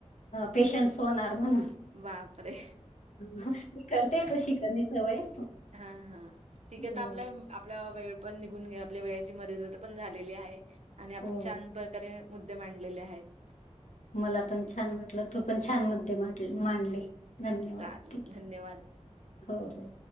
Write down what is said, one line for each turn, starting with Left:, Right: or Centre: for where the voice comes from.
Left: पेशन्स होणार, म्हणून
Right: बापरे!
Left: मी करतेये तशी करणे, सवय.
Right: हा. हा. ठीके
Left: हो,
Right: तर आपल्या, आपला वेळ पण निघून घे आपल्या वेळेची मर ण झालेली आहे, आणि आपण
Left: हो.
Right: छान प्रकारे मुद्दे मांडलेले आहेत.
Left: मला
Right: हं,
Left: पण
Right: ठीक.
Left: छान वाटलं, तू पण छान मुद्दे मांडले. धन्यवाद!
Right: चालेल. धन्यवाद.
Left: हो, हो.